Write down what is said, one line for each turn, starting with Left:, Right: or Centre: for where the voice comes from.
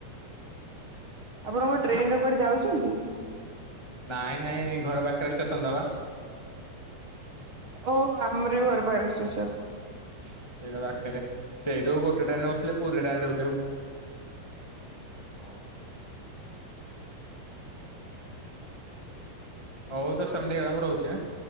Right: ଆପଣଙ୍କ ଟ୍ରେନ ରେ କୁଆଡେ ଯାଉଚନ୍ତି?
Left: ନାଇଁ ନାଇଁ ଘର ପାଖରେ ଷ୍ଟେସନ ଦବା।
Right: ଓ ଆମରି ବି ଘର ପାଖରେ ଷ୍ଟେସନ୍।
Left: ସେଇଟା ପାଖରେ ସେଇ ଗୋଟେ ଟ୍ରେନ ରେ ବସିଲେ ପୁରୀ ରେ ଡାଇରେକ୍ଟ ଓଲ୍ହେଇବୁ।
Right: ହଁ।
Left: ହଉ ଦଶ ମିନିଟ ହେଇଗଲା ମୁଁ ରହୁଛି